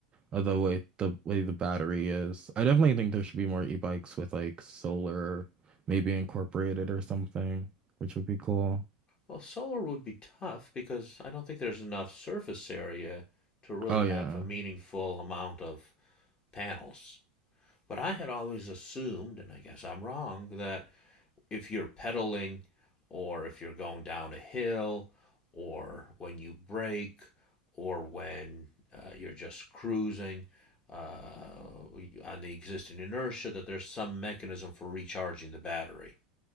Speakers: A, on the right (about 25°); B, on the left (about 25°).
A: uh, the way the way the battery is. I definitely think there should be more e-bikes with like solar maybe incorporated or something, which would be cool.
B: Well, solar would be tough because I don't think there's enough surface area to really
A: Oh
B: have
A: yeah.
B: a meaningful amount of panels. But I had always assumed, and I guess I'm wrong, that if you're pedaling or if you're going down a hill or when you brake or when uh, you're just cruising uh, on the existing inertia, that there's some mechanism for recharging the battery